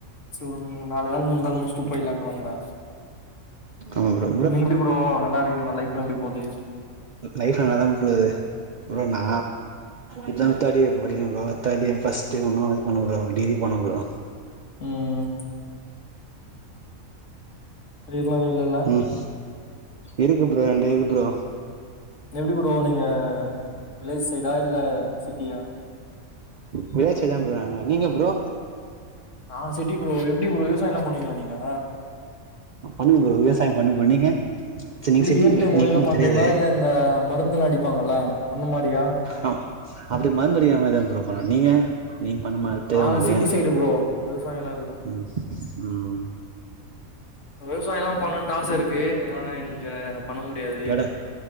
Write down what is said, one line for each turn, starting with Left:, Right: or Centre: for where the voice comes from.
Left: சோ ரெண் மூன் நாலு வேல மூணு முடிச்ட்டு போய்டலான்ட்டு வந்த
Right: ஆமா ப்ரோ
Left: நீங்க எப்டி ப்ரோ நல்லா இருக்கீங்ளா லைஃப்ல்லா எப்டி போகுது
Right: லைஃப்ல்லா நல்லாதா போது ப்ரோ நா இப்பதா தேர்டு இயர் படிக்கறன் ப்ரோ தேர்டு இயர் பஸ்ட் இன்னு பண்ணு ப்ரோ டிகிரி பண்ணு ப்ரோ
Left: ம் அரியர்ல்லா எது இல்லல்ல
Right: ம் இருக்கு ப்ரோ ரெண்டு இருக்கு ப்ரோ
Left: எப்டி ப்ரோ நீங்க வில்லேஜ் சைடா இல்ல சிட்டியா
Right: வில்லேஜ் சைடுதா ப்ரோ நானு நீங்க ப்ரோ
Left: நா சிட்டி ப்ரோ எப்டி ப்ரோ விவசாயோ எல்லா பண்ணுவீங்ளா நீங்க
Right: பண்ணுவோ ப்ரோ விவசாயோ பண்ணுவோ ப்ரோ நீங்க சரி நீங்க
Left: எப்டி
Right: சிட்டில
Left: இயற்கை முறைல
Right: நீக்கு
Left: பண்றீங்ளா
Right: தெரியாது
Left: இல்ல இந்த மருந்தெல்லா அடிப்பாங்கல்ல அந்த மாரியா
Right: ஆ அப்டி மருந்து அடிக்கிற மாரிதா ப்ரோ பண்ணுவோ நீங்க நீங் பண்ணமாட்ட
Left: நாங்க
Right: உனக்கு
Left: சிட்டி சைடு ப்ரோ விவசாயம்லா இல்ல
Right: ம் ம்
Left: விவசாயம் எல்லா பண்ணனுட்டு ஆச இருக்கு ஆனா இங்க பண்ண முடியாது
Right: எட